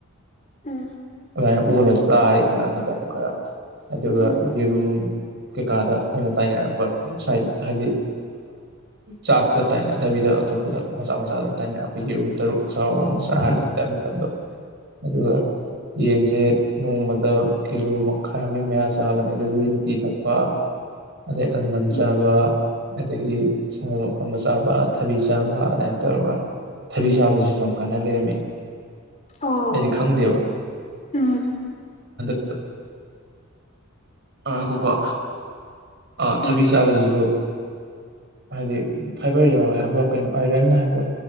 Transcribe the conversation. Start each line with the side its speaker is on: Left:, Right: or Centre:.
Left: ꯎꯝ
Right: ꯑꯗꯨꯨꯃꯥꯏꯅ ꯑꯣꯜꯂꯒ ꯆꯥꯔꯦ ꯈꯔ ꯃꯇꯝ ꯈꯔ ꯑꯗꯨꯒ
Left: ꯎꯝ
Right: ꯌꯦꯔꯨꯝ ꯀꯩꯀꯥꯗ ꯑꯣꯏꯅ ꯇꯥꯏꯅꯔꯛꯄ ꯁꯥꯏꯠ ꯍꯥꯏꯗꯤ ꯆꯥꯛꯇ ꯇꯥꯏꯅꯗꯕꯤꯗ ꯑꯇꯣꯞꯄꯗ ꯃꯆꯥ ꯃꯆꯥꯗ ꯇꯥꯏꯅꯔꯛ ꯑꯩꯈꯣꯏꯒꯤ ꯌꯦꯔꯨꯝ ꯇꯔꯨꯛ ꯆꯥꯎꯑꯣ ꯆꯥꯔꯤ ꯑꯗꯨꯗꯥꯏ ꯃꯇꯝꯗꯣ ꯑꯗꯨꯒ ꯌꯦꯟꯁꯦ ꯅꯣꯡꯃꯗ ꯀꯤꯂꯣ ꯃꯈꯥꯏ ꯑꯃ ꯃꯌꯥ ꯆꯥꯕꯅꯦ ꯑꯗ ꯒ꯭ꯔꯤꯟ ꯇꯤ ꯊꯛꯄ <inaudible> ꯑꯗꯩ ꯑꯜꯃꯟ
Left: ꯎꯝ
Right: ꯆꯥꯕ ꯑꯗꯒꯤ ꯁꯪꯒꯣꯝ ꯑꯐꯝꯕ ꯆꯥꯕ ꯊꯕꯤ ꯆꯥꯕ ꯑꯗꯨꯃꯥꯏ ꯇꯧꯔꯒ ꯊꯕꯤ ꯆꯥꯕꯁꯤꯁꯨ ꯌꯥꯝ ꯀꯥꯟꯅ ꯂꯩꯔꯝꯃꯤ
Left: ꯑꯣ
Right: ꯑꯩꯗꯤ ꯈꯪꯗꯦꯕ
Left: ꯎꯝ
Right: ꯇ ꯉꯥꯈꯣꯀꯣ ꯑꯥ ꯊꯕꯤ
Left: ꯎꯝ
Right: ꯆꯥꯕꯁꯤꯁꯨ ꯍꯥꯏꯗꯤ ꯐꯥꯏꯕꯔ ꯌꯥꯎꯋꯦ ꯍꯥꯏꯕ꯭ꯔꯣ ꯀꯩꯅꯣ ꯑꯥꯏꯔꯟ ꯍꯥꯏꯕ꯭ꯔꯣ